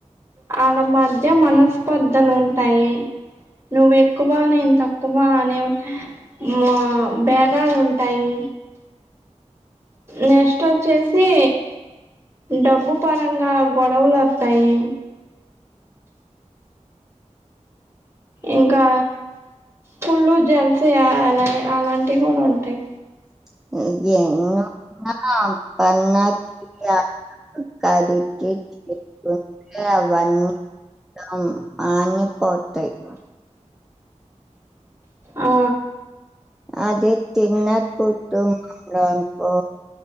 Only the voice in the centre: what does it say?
<unintelligible> కదిటింట అవన్నీ మాణిపోటై
అదే చిన్న కుటుంబంలో అనుకో